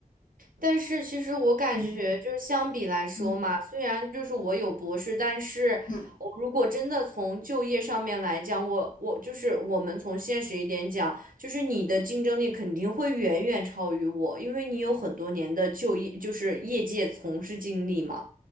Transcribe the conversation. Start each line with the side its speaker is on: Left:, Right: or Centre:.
Right: 但是其实我感觉就是相比来说嘛，
Left: 嗯嗯
Right: 虽然就是我有博士，但是我如果真的从就业上面来讲，
Left: 嗯，
Right: 我我就是我们从现实一点讲，就是你的竞争力肯定会远远超于我，因为你有很多年的就业就是业界从事经历嘛。